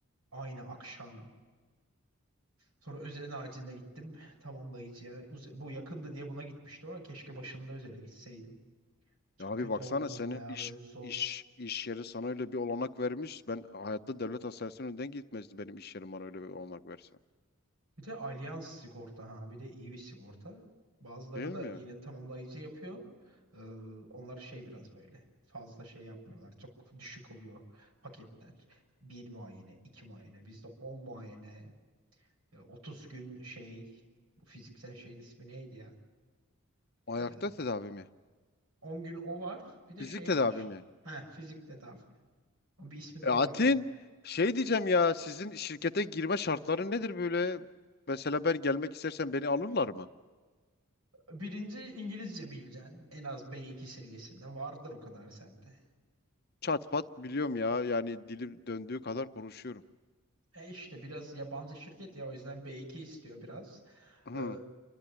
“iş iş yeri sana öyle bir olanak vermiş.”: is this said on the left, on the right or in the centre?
Left